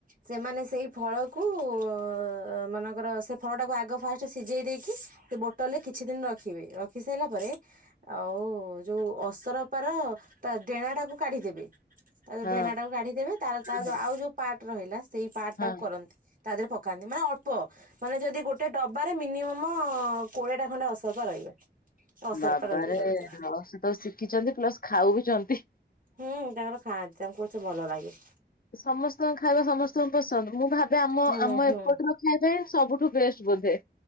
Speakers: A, on the right (about 45°); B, on the left (about 50°).
A: ସେମାନେ ସେଇ ଫଳକୁ ଅ ମନେକର ସେ ଫଳଟାକୁ ଆଗ ଫାଷ୍ଟ ସିଝେଇ ଦେଇକି ସେ ବୋଟଲ ରେ କିଛି ଦିନ ରଖିବେ ରଖି ସାଇଲା ପରେ ଆଉ ଯୋଉ ଅସରପାର ତା ଡେଣା ଟାକୁ କାଢିଦେବେ ତା ଯୋଉ
B: ହଁ
A: ଡେଣା ଟାକୁ କାଢିଦେବେ ତାର ତା
B: ହଁ ହଁ
A: ଯୋଉ ଆଉ ଯୋଉ ପାର୍ଟ ରହିଲା ସେଇ ପାର୍ଟ ଟାକୁ
B: ହଁ
A: କରନ୍ତି। ତା ଦେହରେ ପକାନ୍ତି ମାନେ ଅଳ୍ପ। ମାନେ ଯଦି ଗୋଟେ ଡବାରେ ମିନିମମ କୋଡିଏଟା ଖଣ୍ଡେ ଅସରପା ରହିବେ। ଅସରପା
B: ବାବାରେ
A: ରହିବେ ତା ଭିତରେ
B: ସେ ତ ଶିଖିଛନ୍ତି ପ୍ଲସ ଖାଉ ଚନ୍ତି।
A: ହୁଁ ତାଙ୍କର ଖାଆନ୍ତି। ତାଙ୍କୁ କଚ ଭଲ ଲାଗେ।
B: ସମସ୍ତଙ୍କ ଖାଇବା ସମସ୍ତଙ୍କୁ ପସନ୍ଦ ମୁଁ ଭାବ ବେ ଆମ
A: ହୁଁ
B: ଆମ
A: ହୁଁ।
B: ଏପଟ ର ଖାଇବା ହିଁ ସବୁଠୁ ବେଷ୍ଟ ବୋଧେ।